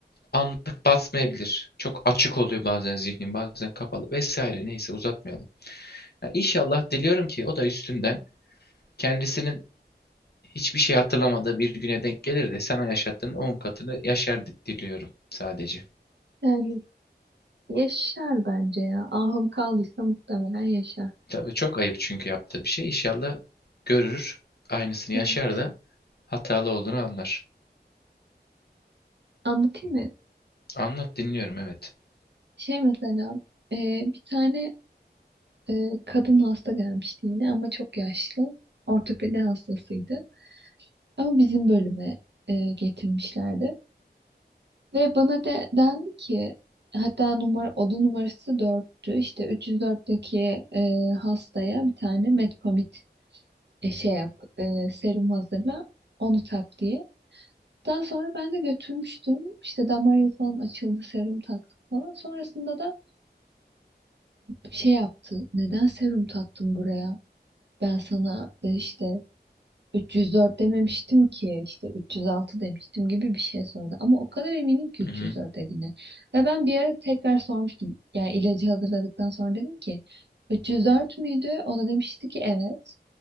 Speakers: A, on the left (about 65°); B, on the right (about 75°).
A: anlık basmayabilir. Çok açık oluyor bazen zihnin, bazen kapalı vesaire. Neyse uzatmayalım. Ya İnşallah diliyorum ki o da üstünden kendisinin hiçbir şey hatırlamadığı bir güne denk gelir de sana yaşattığın 10 katını yaşar di- diliyorum sadece.
B: Yani yaşar bence ya. Ahım kaldıysa muhtemelen yaşar.
A: Tabii çok ayıp çünkü yaptığı bir şey. İnşallah görür, aynısını
B: Evet.
A: yaşar da hatalı olduğunu anlar.
B: Anlatayım mı?
A: Anlat dinliyorum evet.
B: Şey mesela e, bir tane e, kadın hasta gelmişti yine ama çok yaşlı. Ortopedi hastasıydı. Ama bizim bölüme e, getirmişlerdi. Ve bana de, dendi ki hatta numara, oda numarası 4'tü. İşte 304'teki e, hastaya bir tane metpamit e, şey yap e, serum hazırla onu tak diye. Daha sonra ben de götürmüştüm. İşte damar yolu falan açıldı, serum taktık falan. Sonrasında da şey yaptı. Neden serum taktın buraya? Ben sana e, işte 304 dememiştim ki işte 306 demiştim gibi bir şey sordu. Ama o kadar eminim ki 304
A: Mhm.
B: dediğine. Ve ben bir ara tekrar sormuştum. Yani ilacı hazırladıktan sonra dedim ki 304 müydü? O da demişti ki evet.